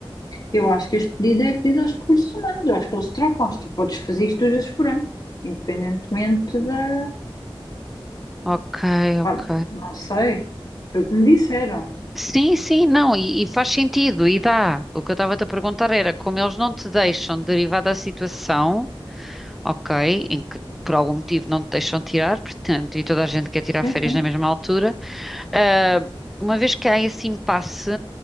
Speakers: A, on the left (about 45°); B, in the centre.
A: Eu acho que este pedido é pedido aos recursos humanos. Eu acho que eles trocam. Se tu podes fazer isto, tu já se forando. Independentemente da.
B: Ok, ok.
A: Pá, não sei. Foi o que me disseram.
B: Sim, sim, não, e, e faz sentido, e dá. O que eu estava-te a perguntar era como eles não te deixam, derivado da situação, ok, em que por algum motivo não te deixam tirar, portanto, e toda a gente quer tirar
A: Sim,
B: férias
A: sim.
B: na mesma altura. Ah, uma vez que há esse impasse,